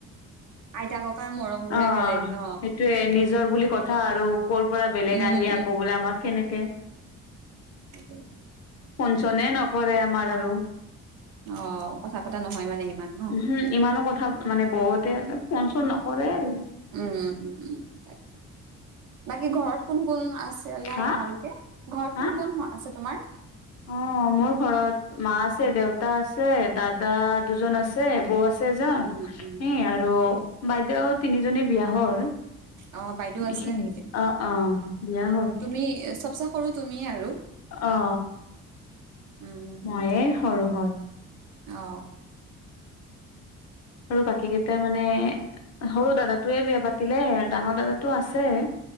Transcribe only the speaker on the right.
আইতা ককাৰ মৰম বোৰে
বেলেগ ন
উম
উ
অ কথা পতা নহয় মানে ইমান ন
উম উম উম তাক বাকী ঘৰত কোন কোন আছিলা
তোমালোকে ঘৰত
কোন কোন আছে তোমাৰ
উম উম
অ বাইদেউ আছিলে
নেকি
তুমি চবচে সৰু তুমিয়ে আৰু
উম
অ